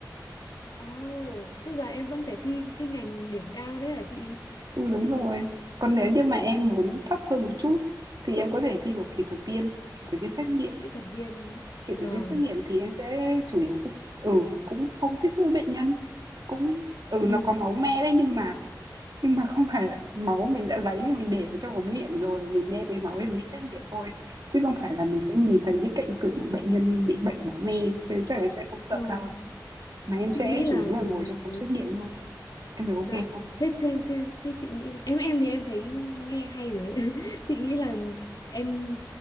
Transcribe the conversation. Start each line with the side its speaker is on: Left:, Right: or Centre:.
Left: Ồ, tức là em vẫn phải thi cái, cái ngành điểm cao đấy hả chị?
Right: Ừ đúng rồi. Còn nếu như mà em
Left: Ôi,
Right: muốn thấp hơn một chút thì em có thể thi vào kỹ thuật viên, kỹ thuật viên xét nghiệm.
Left: kỹ thuật viên.
Right: Kỹ
Left: Vâng.
Right: thuật viên xét nghiệm thì em sẽ chủ yếu cũng ừ cũng không tiếp xúc với bệnh nhân, cũng ừ
Left: Ừ,
Right: nó có máu me đấy nhưng mà nhưng mà không phải là máu mình đã lấy mình để vào trong ống nghiệm rồi mình đem cái máu để mình xét nghiệm thôi chứ không phải là mình sẽ nhìn thấy những cảnh tượng mà bệnh nhân bị bệnh máu me cho nên chắc là em sẽ không sợ
Left: vâng.
Right: đâu mà em sẽ
Left: Chị nghĩ
Right: chủ
Left: là
Right: yếu là
Left: ừ,
Right: ngồi trong phòng
Left: đấy.
Right: xét nghiệm thôi em thấy ok
Left: Dạ.
Right: không
Left: Thế, thế, thế, thế chị nghĩ là, em em thì em thấy nghe hay rồi ấy. <laughs> Chị nghĩ là em